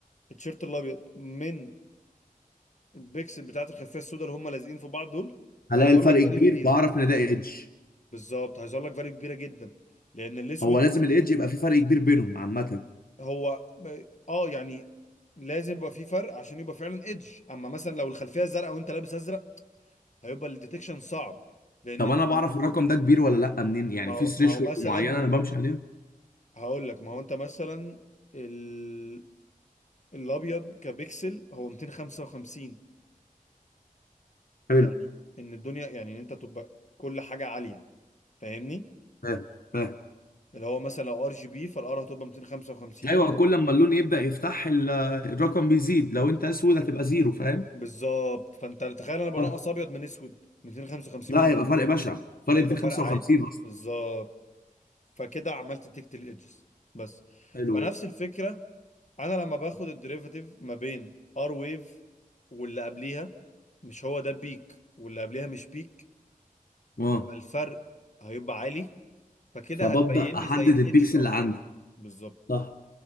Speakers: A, on the left (about 55°); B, on the left (about 85°).
A: التيشيرت الابيض من البيكسل بتاعت الخلفيه السوداء اللي هم لازقين في بعض دول
B: هلاقي
A: هيظهر
B: الفرق
A: لك فاليو
B: كبير
A: كبيره
B: فاعرف ان ده ايدج
A: بالظبط هيظهر لك فاليو كبيره جدا لان الاسود
B: هو لازم الايدج يبقى في فرق كبير بينهم عامه
A: هو اه يعني لازم يبقى في فرق عشان يبقى فعلا ايدج اما مثلا لو الخلفيه زرقاء وانت لابس ازرق هيبقى الديتكشن صعب لان
B: طب
A: ال-
B: انا بعرف الرقم ده كبير ولا لا منين يعني
A: ما هو
B: في ثريشولد
A: ما هو مثلا
B: معينه انا بمشي عليها
A: هقول لك ما هو انت مثلا ال... الابيض كبيكسل هو 255
B: حلو
A: يعني ان الدنيا يعني ان انت تبقى كل حاجه عاليه فاهمني
B: فاهم فاهم
A: اللي هو مثلا لو ار جي بي فالار هتبقى 255
B: ايوه
A: و...
B: كل ما اللون يبدا يفتح ال- الرقم بيزيد لو انت اسود هتبقى زيرو فاهم
A: بالظبط فانت تخيل انا بنقص
B: فاهم
A: ابيض من اسود 255
B: لا
A: من
B: هيبقى
A: زيرو
B: فرق بشع فرق
A: هيبقى
B: 255
A: فرق عالي
B: اصلا
A: بالظبط فكده عملت تكت الادجز بس
B: حلو
A: فنفس
B: جدا
A: الفكره انا لما باخد الديريفاتيف ما بين ار ويف واللي قبليها مش هو ده بيك واللي قبليها مش بيك
B: اه
A: فالفرق هيبقى عالي فكده
B: فببدا
A: هتبين
B: احدد
A: لي زي الايدجز
B: البيكسل
A: اكتر
B: اللي عندي
A: بالظبط
B: صح